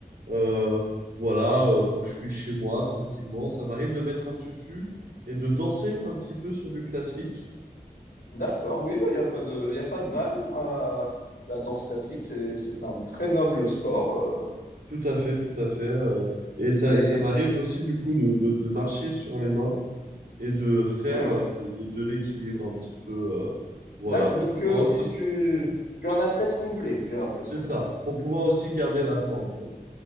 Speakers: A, on the right; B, on the left.
A: Euh, voilà, euh, quand je suis chez moi tranquillement, ça m'arrive de mettre un tutu et de danser un petit peu sur du classique.
B: d'accord, oui, bah il y a pas de, y a pas de mal hein, à la danse classique, c'est c'est un très noble sport, euh,
A: Tout à fait, tout à fait. euh, et ça,
B: mais
A: et ça m'arrive aussi du coup de, de- de marcher sur les mains et de faire
B: oui.
A: euh, de, de- de l'équilibre un petit peu. euh, voilà,
B: D'accord.
A: pour
B: Donc tu
A: pouvoir
B: es aussi
A: aussi-
B: tu, tu es un athlète complet, j'ai l'impression.
A: c'est ça, pour pouvoir aussi garder la forme, quoi.